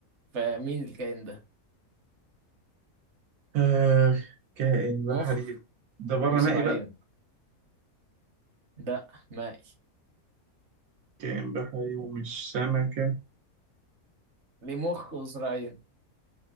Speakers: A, on the right (about 55°); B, on the right (about 85°).
A: فمين الكائن ده
B: آه كائن بحري
A: مخ
B: ده بره
A: وذراعين
B: مائي بقى
A: ده مائي
B: كائن بحري ومش سمكة
A: ليه مخ وذراعين